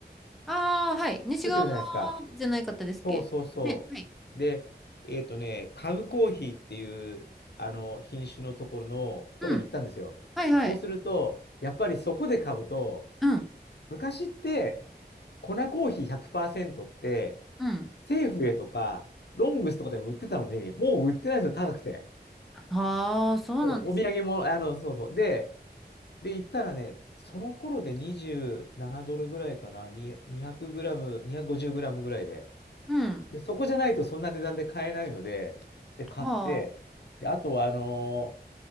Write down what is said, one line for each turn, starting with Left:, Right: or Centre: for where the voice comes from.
Centre: ああー、はい。西側
Left: 作ってるじゃないですか。
Centre: じゃないかったですっけ。
Left: そうそうそう。
Centre: ね、はい。
Left: で、えっとね、カブコーヒーっていう、あの、品種のところの、
Centre: うん。
Left: とこに行ったんですよ。
Centre: はいはい。
Left: そうすると、やっぱりそこで買うと、
Centre: うん。
Left: 昔って、粉コーヒー100%って、
Centre: うん。
Left: セーフウェイとか、ロングスとかでも売ってたのに、もう売ってないんですよ、高くて。
Centre: ああ、そうなんですね。
Left: お、お土産も、あの、そうそう。で、で、行ったらね、その頃で27ドルぐらいかな、に200グラム、250グラムぐらいで、
Centre: うん。
Left: で、そこじゃないとそんな値段で買えないので、で、買って、
Centre: はあ。
Left: で、あとは、あのー